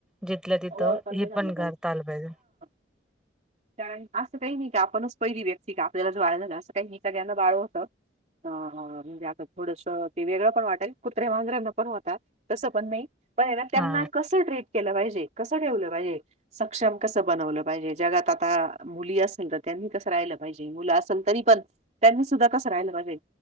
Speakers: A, in the centre; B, on the right.
A: जिथलं तिथं
B: ओळ
A: हे
B: नाही झालं
A: पण करता आलं पाहिजे
B: <inaudible> कारण असं काही नाही की आपणच पहिली व्यक्ती का आपल्यालाच बाळं झाल, असं काही नाही सगळ्यांना बाळ होत. हा हा म्हणजे आता थोडसं ते वेगळं पण वाटेल कुत्रे मांजरांना पण होतात तसं पण नाही, पण आहे ना त्यांना
A: हा
B: कसं ट्रीट केलं पाहिजे, कसं ठेवलं पाहिजे सक्षम कसं बनवलं पाहिजे, जगात आता मुली असेल तर त्यांनी कसं राहिलं पाहिजे, मुलं असेल तरी पण त्यांनी सुद्धा कसं राहालं पाहिजेल